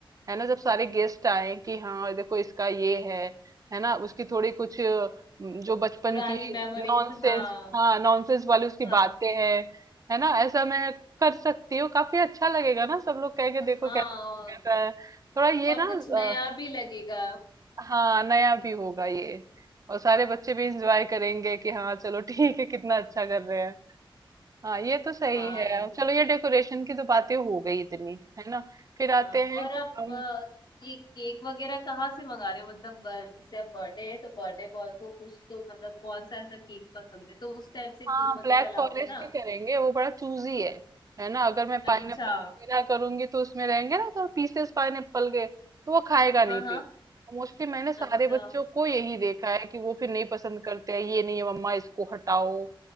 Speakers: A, on the right; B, on the left.
A: है ना जब सारे गेस्ट आए कि हाँ देखो इसका ये है है ना उसकी थोड़ी कुछ अ, जो बचपन
B: पुरानी
A: की
B: मेमोरीज
A: नॉनसेंस
B: हाँ
A: हाँ नॉनसेंस वाली उसकी
B: हाँ
A: बातें हैं है ना ऐसा मैं कर सकती हो काफी अच्छा लगेगा ना सब लोग कहेंगे देखो
B: हाँ
A: कैसा कैसा है थोड़ा ये
B: और
A: ना
B: कुछ नया
A: अ,
B: भी लगेगा
A: हाँ नया भी होगा ये और सारे बच्चे भी इंजॉय करेंगे कि हाँ चलो ठीक है कितना अच्छा कर रहे हैं हाँ ये तो सही
B: हाँ
A: है
B: एकदम
A: चलो ये डेकोरेशन की तो बातें हो गई इतनी है ना फिर आते
B: हाँ
A: हैं
B: और
A: कि
B: आप
A: हम
B: अ, ये केक वगैरह कहाँ से मंगा रहे हो मतलब अ, जैसे आप बर्थडे है तो बर्थडे बॉय को कुछ तो मतलब कौन सा ऐसा केक पसंद है तो उस टाइप से केक
A: हाँ
B: वगैरह
A: ब्लैक
B: लाओगे
A: फॉरेस्ट
B: ना
A: ही करेंगे वो बड़ा चूजी है है ना अगर मैं
B: अच्छा
A: पाइनएप्पल वगैरह करूंगी तो उसमें रहेंगे ना तो पीसेस पाइनएप्पल के तो वो खाएगा नहीं
B: हाँ हाँ
A: फिर मोस्टली मैंने सारे
B: अच्छा
A: बच्चों को यही देखा है कि वो फिर नहीं पसंद करते हैं ये नहीं है मम्मा इसको हटाओ